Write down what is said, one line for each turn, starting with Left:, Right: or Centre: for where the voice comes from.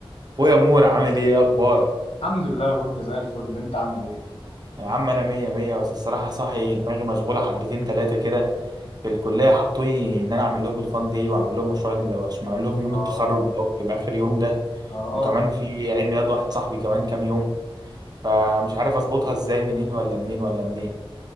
Right: اخويا مور عامل ايه إيه اخبارك
Left: الحمد لله بود زي الفل انت عامل ايه
Right: يا عم انا مية مية بس الصراحة صاحي دماغي مشغولة حبتين تلاتة كده في الكلية حطوني ان انا اعمل لهم الفان داي واعمل لهم مشروع اللي هو- عشان اعمل لهم يوم
Left: اه
Right: التخرج اللي هو بيبقى اخر يوم ده
Left: اه
Right: وكمان في عيد ميلاد واحد صاحبي كمان كام يوم فمش عارف اظبطها ازاي منين ولا منين ولا منين